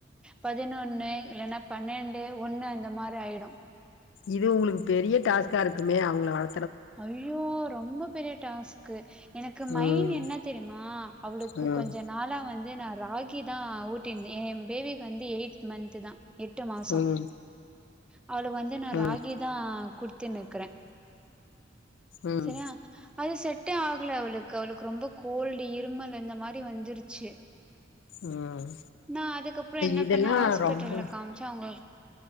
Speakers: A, in the centre; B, on the left.
A: பதினொன்னு இல்லன்னா பன்னெண்டு ஒண்ணு அந்த மாரி ஆயிடும்
B: இது உங்களுக்கு பெரிய டாஸ்கா இருக்குமே அவங்கள வள
A: அஐயோ ரொம்ப பெரிய டாஸ்க எனக்கு மைண்
B: ம்
A: என்ன தெரியுமா அவளுக்கு
B: ம்
A: கொஞ்ச நாளா வந்து நான் ராகி தான் ஊட்டிருந்தன் என் என் பேபிக்கு வந்து எயிட் மந்த்த் தான் எட்டு மாசம்
B: ம்
A: அவளு வந்து நான்
B: ம்
A: ராகி தான் குடுத்துனுக்கிறேன்
B: ம்
A: சரியா அது செட் ஆகல அவளுக்கு அவளுக்கு ரொம்ப கோல்டு இருமல் அந்த மாதிரி வந்துருச்சு
B: ம்
A: நா அதுக்கப்புறம் என்ன
B: இதெல்லா
A: பண்ணா ஹாஸ்பிட்டல்ல
B: ரொம்ப
A: காமிச்சன் அவங்க